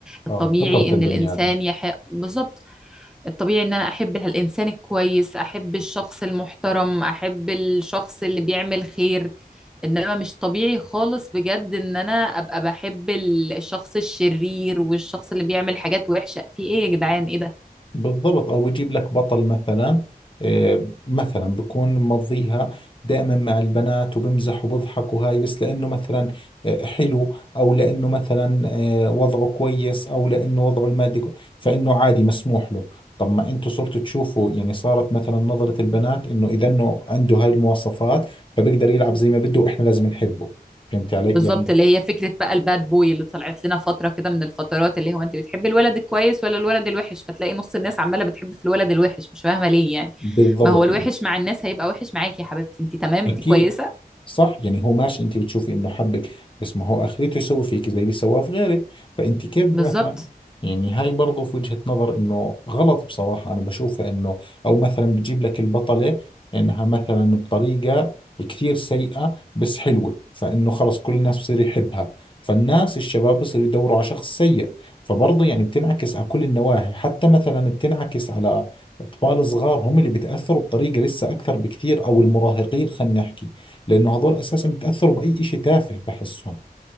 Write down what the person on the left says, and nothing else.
اه فطرة
البني
آدم
بالضبط او بجيب لك بطل مثلا آه، مثلا بكون مضيها دائما مع البنات وبمزح وبضحك وهاي بس لانه مثلا آه، حلو او لانه مثلا آه، وضعه كويس او لانه وضعه المادي كو- فانه عادي مسموح له طب ما انتوا صرتوا تشوفوا يعني صارت مثلا نظرة البنات انه اذا انه عنده هاي المواصفات فبيقدر يلعب زي ما بده واحنا لازم نحبه فهمت علي
يعني
بالضبط
يعني
اكيد
صح يعني هو ماشي انت بتشوفي انه حبك بس ما هو اخرته يسوي فيك زي اللي سواه في غيرك فانت كيف مثلا
يعني هاي برضو في وجهة نظر انه غلط بصراحة انا بشوفها انه او مثلا بتجيب لك البطلة انها مثلا بطريقة كثير سيئة بس حلوة فانه خلص كل الناس بصير يحبها فالناس الشباب بصيروا يدوروا على شخص سيء فبرضه يعني بتنعكس على كل النواحي حتى مثلا بتنعكس على أطفال صغار هم اللي بتأثروا بطريقة لسه أكثر بكثير أو المراهقين خلينا نحكي لأنه هذول أساسا بتأثروا بأي إشي تافه بحسهم